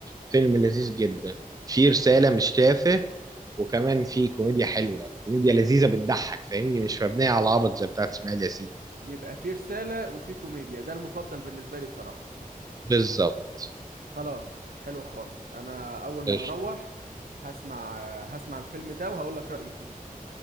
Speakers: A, on the right; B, on the right.
A: فيلم لذيذ جدا فيه رسالة مش تافه وكمان فيه كوميديا حلوة كوميديا لذيذة بتضحك فاهمني مش مبنية على العبط زي بتاعت اسماعيل ياسين
B: يبقى فيه رسالة وفيه كوميديا ده المفضل بالنسبة لي بصراحة
A: بالظبط
B: خلاص حلو خالص انا اول ما
A: قشطة.
B: هروح هسمع هسمع الفيلم ده وهقول لك رأيي فيه